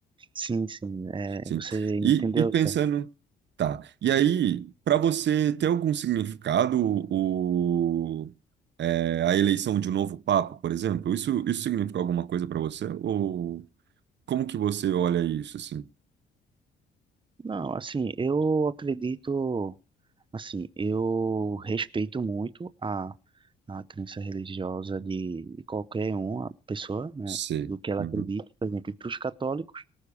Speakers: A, on the right; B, on the right.
A: Sim, sim, é,
B: Sim.
A: você entendeu,
B: E, e pensando,
A: certo?
B: tá. E aí, para você ter algum significado, o, é, a eleição de um novo papa, por exemplo, isso, isso significa alguma coisa para você? Ou como que você olha isso, assim?
A: Não, assim, eu acredito Assim, eu respeito muito a, a crença religiosa de, de qualquer uma pessoa, né,
B: Sei.
A: do que ela
B: Uhum.
A: acredita, por exemplo, para os católicos,